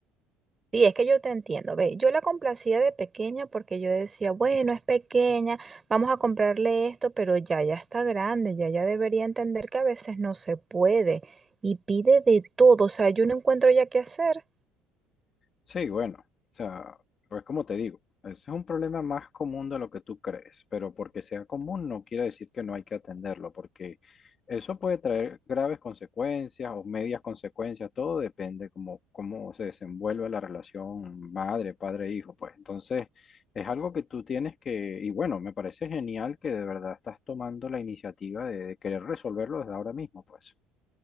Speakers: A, on the right (about 20°); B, on the left (about 40°).
A: Sí, es que yo te entiendo. Ve, yo la complacía de pequeña porque yo decía, bueno, es pequeña, vamos a comprarle esto, pero ya, ya está grande, ya, ya debería entender que a veces no se puede y pide de todo. O sea, yo no encuentro ya qué hacer.
B: Sí, bueno, o sea, pues como te digo, ese es un problema más común de lo que tú crees, pero porque sea común no quiere decir que no hay que atenderlo, porque eso puede traer graves consecuencias o medias consecuencias, todo depende cómo, cómo se desenvuelve la relación madre, padre, hijo, pues. Entonces, es algo que tú tienes que, y bueno, me parece genial que de verdad estás tomando la iniciativa de, de querer resolverlo desde ahora mismo, pues.